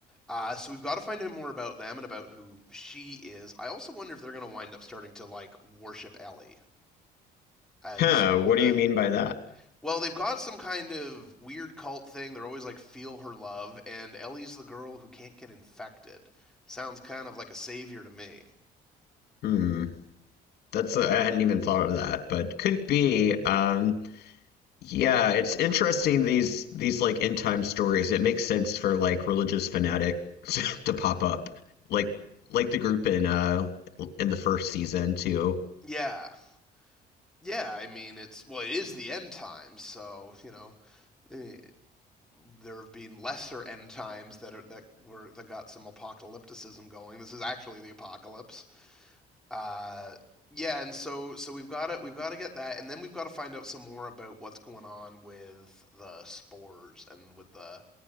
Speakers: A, in the centre; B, on the left.
A: Uh, so we've got to find out more about them and about who she is. I also wonder if they're going to wind up starting to like worship Ellie as
B: Huh, what
A: the
B: do you mean by that?
A: well, they've got some kind of weird cult thing. They're always like feel her love, and Ellie's the girl who can't get infected. Sounds kind of like a savior to me.
B: Hmm. That's I hadn't even thought of that, but could be um Yeah, it's interesting these these like end time stories. It makes sense for like religious fanatics <laughs> to pop up. Like like the group in uh in the first season too.
A: Yeah. Yeah, I mean it's well it is the end times, so, you know, eh, there have been lesser end times that are that were that got some apocalypticism going. This is actually the apocalypse. Uh, yeah, and so so we've got to we've got to get that, and then we've got to find out some more about what's going on with the spores and with the